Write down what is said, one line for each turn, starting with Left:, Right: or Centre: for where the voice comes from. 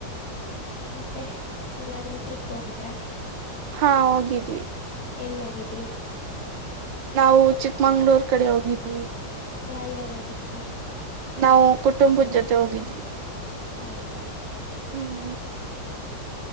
Left: ಮತ್ತೆ ಎಲ್ಲಾದ್ರೂ ಟ್ರಿಪ್ ಹೋಗಿದ್ರ.
Right: ಹಾ ಹೋಗಿದ್ವಿ.
Left: ಎಲ್ಲೋಗಿದ್ರಿ.
Right: ನಾವು ಚಿಕ್ಕಮಂಗ್ಳೂರ್ ಕಡೆ ಹೋಗಿದ್ವಿ.
Left: ಯಾರ್ಯಾರ್ ಹೋಗಿದ್ರಿ.
Right: ನಾವು ಕುಟುಂಬುದ ಜೊತೆ ಹೋಗಿದ್ವಿ.
Left: ಹೌದಾ.
Right: ಹ್ಮ್.